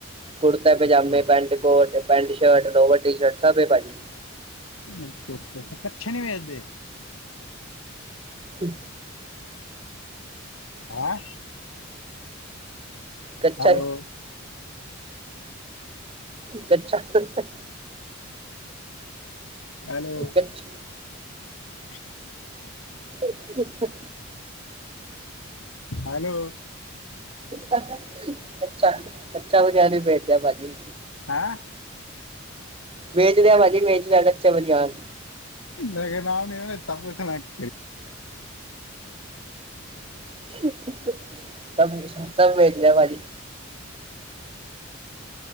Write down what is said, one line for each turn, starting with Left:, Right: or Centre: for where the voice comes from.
Right: ਕੁੜਤੇ ਪਜਾਮੇ,
Left: ਨੇ
Right: pant coat, pant shirt, lower T shirt, ਸਭ ਹੈ ਭਾਜੀ।
Left: ਓਕੇ ਓਕੇ ਤੇ ਕੱਛੇ ਨਹੀਂ ਮਿਲਦੇ।
Right: ਹੂੰ।
Left: ਹੈਂ!
Right: ਕੱਛਾਂ!
Left: ਹੈਲੋ
Right: ਕੱਛਾਂ ਮਿਲ ਦਾ!
Left: ਹੈਲੋ।
Right: ਕੱਛਾ
Left: ਹੂੰ।
Right: ਅੱਛਾ।
Left: ਹੈਲੋ।
Right: ਕੱਛਾ! ਕੱਛਾ, ਬਨੇਣ ਵੀ ਵੇਚਦੇ ਆ ਭਾਜੀ।
Left: ਹੈਂ!
Right: ਵੇਚਦੇਆਂ ਭਾਜੀ, ਵੇਚਦੇਆਂ ਕੱਛੇ ਬਨੇਣ।
Left: ਮੈਂ ਕਹਿਣਾ ਮੇਰਾ <unintelligible>
Right: <unintelligible> ਸਭ ਵੇਚ ਲਿਆ ਭਾਜੀ।